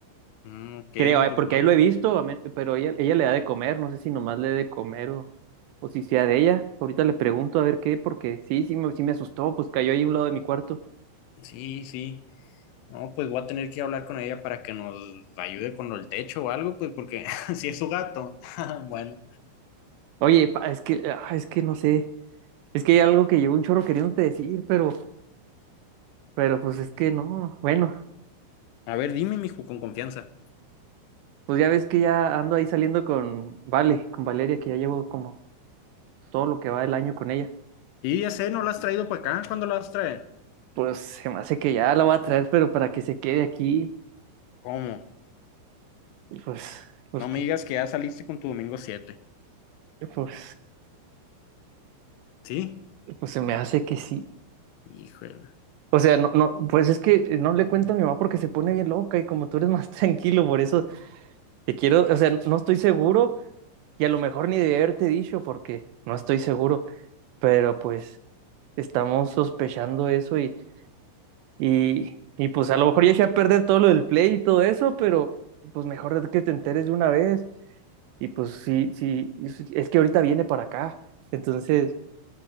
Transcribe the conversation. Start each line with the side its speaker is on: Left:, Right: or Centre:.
Left: Mm, ok,
Right: Creo, eh,
Left: pues
Right: porque
Left: bueno,
Right: ahí lo he visto, a men- pero ella, ella le da de comer, no sé si nomás le da de comer o, o si sea de ella. Ahorita le pregunto a ver qué, porque sí, sí me, sí me asustó, pues cayó ahí a un lado de mi cuarto.
Left: sí, sí. No, pues voy a tener que hablar con ella para que nos ayude con el techo o algo, pues porque <laughs> si es su gato. <laughs> Bueno,
Right: Oye, pa- es que, ah, es que no sé, es que hay algo que llegó un chorro queriéndote decir, pero, pero pues es que no, bueno,
Left: a ver, dime, mijo, con confianza.
Right: pues ya ves que ya ando ahí saliendo con Vale, con Valeria, que ya llevo como todo lo que va del año con ella.
Left: Sí, ya sé, ¿no la has traído para acá? ¿Cuándo la vas a traer?
Right: Pues se me hace que ya la voy a traer, pero para que se quede aquí,
Left: ¿Cómo?
Right: pues, pues
Left: No
Right: que,
Left: me digas que ya saliste con tu domingo siete
Right: pues,
Left: ¿Sí?
Right: pues se me hace que sí.
Left: Híjole,
Right: O sea, no, no, pues es que no le cuento a mi mamá porque se pone bien loca y como tú eres más <laughs> tranquilo, por eso te quiero, o sea, no no estoy seguro y a lo mejor ni de haberte dicho porque no estoy seguro, pero pues estamos sospechando eso y, y, y pues a lo mejor ya eché a perder todo lo del play y todo eso, pero pues mejor que te enteres de una vez. Y pues sí, sí, es es que ahorita viene para acá. Entonces,